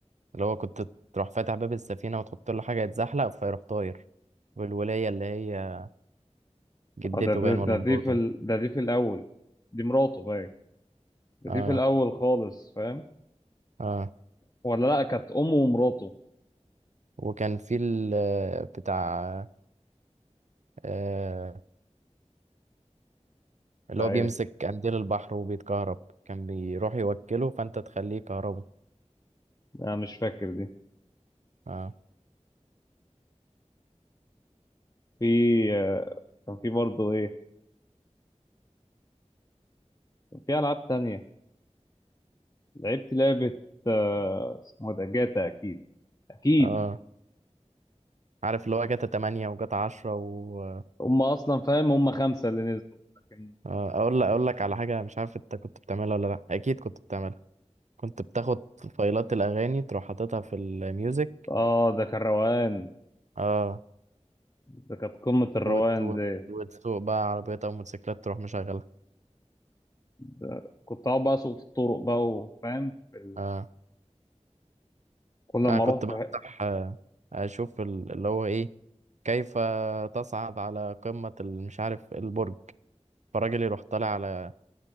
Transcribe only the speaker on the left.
اه ده
ده
ده
دي في ال... ده دي في الاول دي مراته باين ده
دي في الاول خالص فاهم
ولا لا كانت امه ومراته
بتاع
ايه
انا مش فاكر دي
في آه، كان في برضه ايه كان في العاب تانية لعبت لعبة آه، اسمه إيه ده جاتا اكيد اكيد
هم اصلا فاهم هم خمسة اللي نزلوا لكن
اه ده كان روقان
ده كانت قمة الروقان
دي
ده كنت اقعد بقى اسوق في الطرق بقى وفاهم ال-
كل ما
اروح
في حتة-